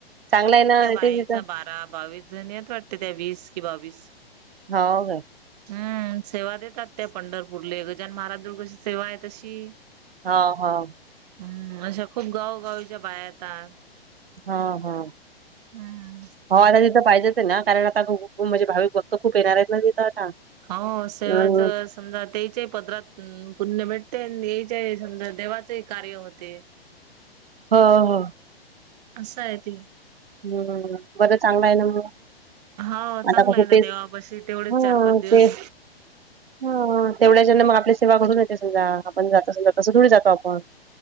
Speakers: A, on the right; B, on the right.
A: चांगलं आहे ना
B: कायच
A: ते तिथं
B: बारा बावीस जण आहेत वाटते ते वीस की बावीस.
A: हाव काय.
B: हम्म सेवा देतात त्या पंढरपूरले गजाजन महाराज जवळ कशी सेवा आहे तशी.
A: हाव, हाव.
B: हम्म अशा खूप गावगावीच्या बाया येतात.
A: हा, हा,
B: हम्म.
A: हो आता तिथं पाहिजे ना कारण आता म्हणजे भाविक भक्त खूप येणार आहेत ना तिथं आता.
B: होव
A: हम्म
B: सेवाच समजा तेचे ही पदरात पुण्य भेटते आणि याचे समजा देवाचेही कार्य होते.
A: हो हो.
B: असं आहे ते.
A: हम्म, बर चांगलं आहे ना मग.
B: हाव
A: आता
B: चांगला
A: कसं
B: आहे ना
A: तेच
B: देवापाशी तेवढेच
A: हा
B: चार, पाच दिवस.
A: ते हा तेवढ्या च्यान मग आपली सेवा घडून जाते समजा आपण जात समजा तसं थोडी जातो आपण.